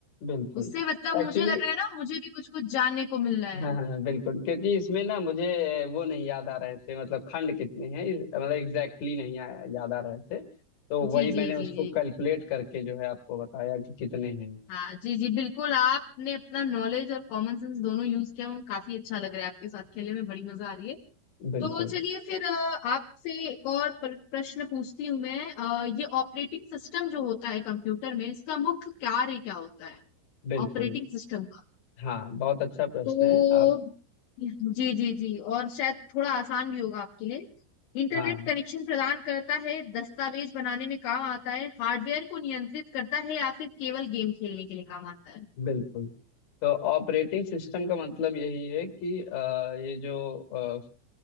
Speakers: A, on the left; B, on the left.
A: बिल्कुल
B: उससे मतलब मुझे
A: एक्चुअली
B: लग रहा है ना मुझे भी कुछ कुछ जानने को मिल रहा है
A: हाँ हाँ हाँ, बिल्कुल क्योंकि इसमें ना मुझे वो नहीं याद आ रहे थे मतलब खंड कितने हैं इस- मतलब एग्जैक्टली नहीं आया याद आ रहे थे तो वही
B: जी
A: मैंने
B: जी
A: उसको
B: जी जी
A: कैलकुलेट करके जो है आपको बताया कि कितने हैं
B: हाँ जी जी बिल्कुल आपने अपना नॉलेज और कॉमन सेंस दोनों यूज किया वो काफी अच्छा लग रहा है आपके साथ खेलने में बड़ी मजा आ रही है
A: बिल्कुल
B: तो चलिए फिर अ, आपसे एक और प्र- प्रश्न पूछती हूँ मैं अ, ये ऑपरेटिंग सिस्टम जो होता है कंप्यूटर में इसका मुख्य कार्य क्या होता है
A: बिल्कुल
B: ऑपरेटिंग सिस्टम का
A: हाँ बहुत अच्छा प्रश्न
B: तो
A: है आप
B: जी जी जी और शायद थोड़ा आसान भी होगा आपके लिए इंटरनेट
A: हाँ
B: कनेक्शन प्रदान करता है दस्तावेज बनाने में काम आता है हार्डवेयर को नियंत्रित करता है या फिर केवल गेम खेलने के लिए काम आता
A: बिल्कुल तो ऑपरेटिंग सिस्टम का मतलब यही है कि अ, ये जो अ,